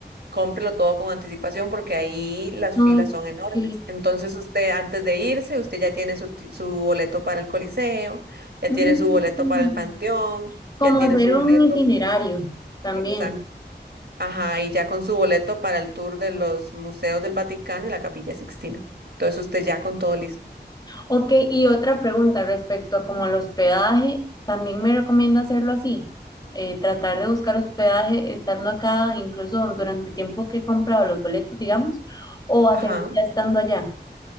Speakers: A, on the right (about 70°); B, on the left (about 25°).
A: cómprelo todo con anticipación porque ahí las
B: Ok.
A: filas son enormes. Entonces usted antes de irse, usted ya tiene su, ti- su boleto para el Coliseo, ya
B: Mm,
A: tiene su boleto para el Panteón,
B: Como
A: ya tiene
B: hacer
A: su boleto.
B: un itinerario también.
A: exacto Ajá, y ya con su boleto para el tour de los museos del Vaticano y la Capilla Sixtina. Entonces usted ya con todo listo.
B: Ok, y otra pregunta respecto a como al hospedaje, ¿también me recomienda hacerlo así? Eh, tratar de buscar hospedaje estando acá, incluso durante el tiempo que he comprado los boletos, digamos, o hacerlo
A: Ajá.
B: ya estando allá.